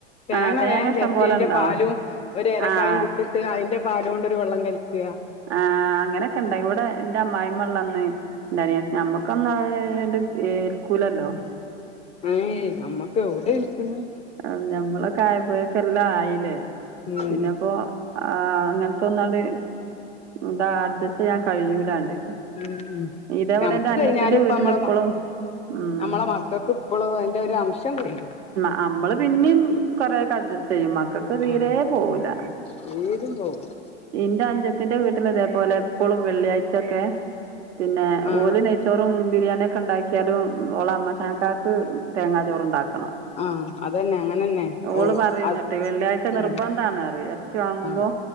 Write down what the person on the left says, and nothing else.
തേങ്ങ
വേഗം
ചെരണ്ടി
അതിന്റെ
പാലും ഒരു ഏലക്കായും
കുത്തി അതിന്റെ പാല് കൊണ്ടൊരു വെള്ളം കൽക്കുക
ഏയ്യ് ഞമ്മക്ക് എവിടെ ഏൽക്കുന്നു
ഉം
ഉം
നമ്മക്ക്
കഴിഞ്ഞാലും ഇപ്പം
നമ്മളെ
നമ്മളെ മക്കൾക്ക് ഇപ്പോളോ അയിന്റെ ഒരു അംശം കഴിയു
ആഹ്
തീരും പോകൂല
ആഹ്
ആഹ് അതന്നെ അങ്ങനെതന്നെ
ഓ
അത്
മം
മം